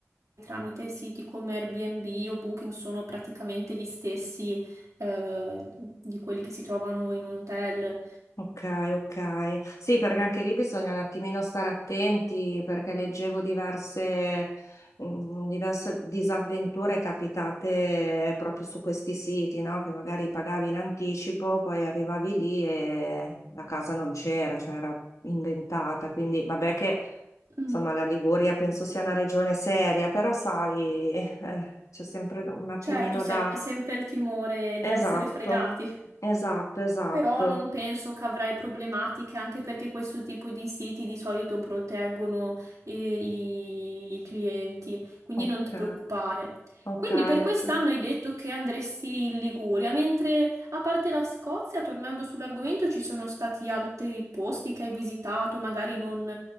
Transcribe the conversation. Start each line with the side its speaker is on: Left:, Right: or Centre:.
Right: tramite siti come Airbnb o Booking, sono praticamente gli stessi, eh, di quelli che si trovano in un hotel.
Left: Ok, ok. Sì, perché anche lì bisogna un attimino stare attenti perché leggevo diverse, mh, diverse disavventure capitate proprio su questi siti, no? Che magari pagavi in anticipo, poi arrivavi lì e la casa non c'era, cioè era inventata. Quindi vabbè che
Right: Mm,
Left: insomma la Liguria penso sia una regione seria, però sai, eh, c'è sempre un attimino
Right: certo, si
Left: da...
Right: ha sempre il timore di essere
Left: Esatto,
Right: fregati
Left: esatto, esatto.
Right: Però non penso che avrai problematiche, anche perché questo tipo di siti di solito proteggono eh, i, i clienti, quindi
Left: Ok,
Right: non ti preoccupare.
Left: ok,
Right: Quindi per quest'anno
Left: ok.
Right: hai detto che andresti in Liguria, mentre a parte la Scozia, tornando sull'argomento, ci sono stati altri posti che hai visitato, magari non